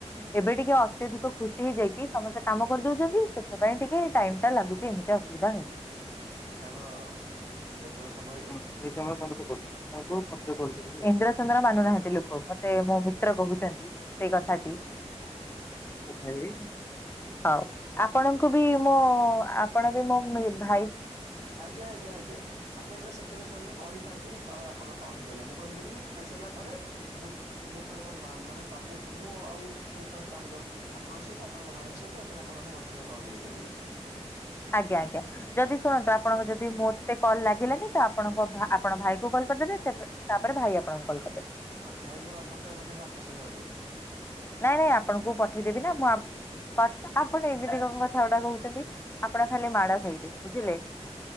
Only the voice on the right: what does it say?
କାରଣ ଏବେ ତ ସବବି
ଆଜ୍ଞା ଆଜ୍ଞା ଆଜ୍ଞା ଆଜ୍ଞା ମାନେ ସେତା <unintelligible> ମୁଁ କହିଥାନ୍ତି ତ ଆଉ ଆପଣ କହିଦେଲେ କହିଥିଲେ କି ମୁଁ ଖାଇସାରିଲା ପରେ ମୁଁ ମୁଁ ଥରେ ମାମ ମାନେ <unintelligible> ମୁଁ ଆଉ ମୁଁ ଥରେ ତମକୁ ଆପଣଙ୍କ ସହିତ ଆପଣଙ୍କ ଭାଇଙ୍କ ସହିତ ଏବଂ ଆପଣ ଭାଇ ମତେ ଥରେ <unintelligible> କଲ ଦେଇ ପାରିବେ।
ଆଁ ଭାଇଙ୍କ ନମ୍ବରଟା ବୋଧେ ମୁଁ ଆକାଶରୁ ଆଣିବି।